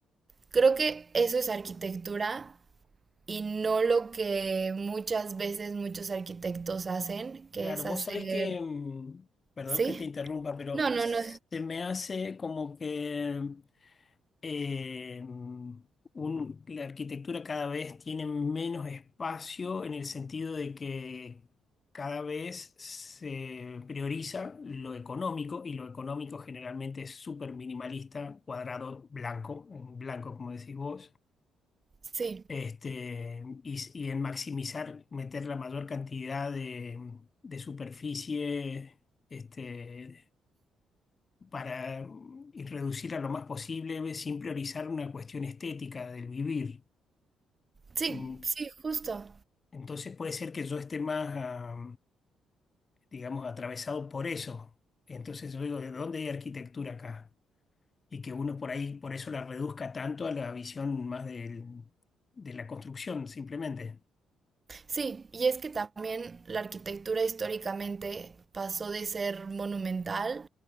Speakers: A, on the right; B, on the left.
A: creo que eso es arquitectura y no lo que muchas veces muchos arquitectos hacen, que
B: Claro,
A: es
B: vos
A: hacer...
B: sabés que, mm, perdón
A: ¿Sí?
B: que te interrumpa, pero
A: No, no,
B: se
A: no.
B: me hace como que eh, un- la arquitectura cada vez tiene menos espacio en el sentido de que cada vez se prioriza lo económico y lo económico generalmente es súper minimalista, cuadrado, blanco, en blanco como decís vos.
A: Sí.
B: Este, y, y en maximizar, meter la mayor cantidad de, de superficie, este, para y reducir a lo más posible eh, sin priorizar una cuestión estética del vivir.
A: Sí,
B: Mm,
A: sí, justo.
B: Entonces puede ser que yo esté más, ah, digamos, atravesado por eso. Entonces yo digo, ¿de dónde hay arquitectura acá? Y que uno por ahí, por eso la reduzca tanto a la visión más del- de la construcción, simplemente.
A: Sí, y es que también la arquitectura históricamente pasó de ser monumental